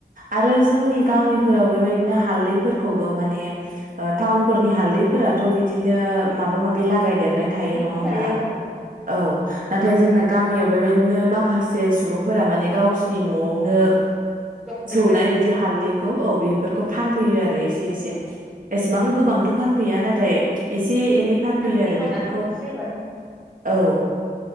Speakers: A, on the right; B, in the centre.
A: आरो जोंनि गामिफोराव बेबायदिनो हालदैफोरखौबो माने ने टाउनफोरनि हाल फोराथ बिदि नो माबा माबि लागायदेरनाय थायो
B: नि
A: नङा
B: फिथाइया
A: होमबा
B: औ
A: औ। नाथाय जोंना गामियाव बेबायदिनो माखासे सुबुंफोरा माने गावसोर नआवनो
B: लकेल
A: सौनाय
B: जायो
A: बिदि हालदैखौ औ बे बेफोरखौ फानफैयो आरो एसे एसे एसेबां गोबांथ फानफैया नाथाय एसे एसे एनै फानफैयो
B: ओंख्रिखौ
A: आरो बेफोरखौ
B: ना एसे होबानो
A: औ